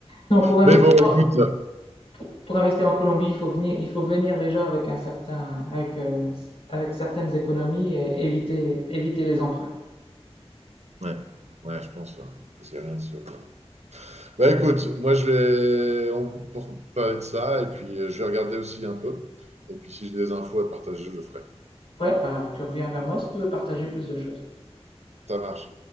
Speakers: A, on the left (about 65°); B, on the right (about 85°).
A: Non, pour investir,
B: mais bon, écoute.
A: pour, pour investir en Colombie, il faut venir, il faut venir déjà avec un certain, avec, euh, avec certaines économies et éviter, éviter les emprunts.
B: Ouais, ouais, je pense. ouais. Parce qu'il n'y a rien de sûr. quoi. Bah écoute, moi je vais on- pour parler de ça, et puis euh, je vais regarder aussi un peu. Et puis si j'ai des infos à partager, je le ferai.
A: Ouais, bah, tu reviens vers moi si tu veux partager plus de choses.
B: Ça marche.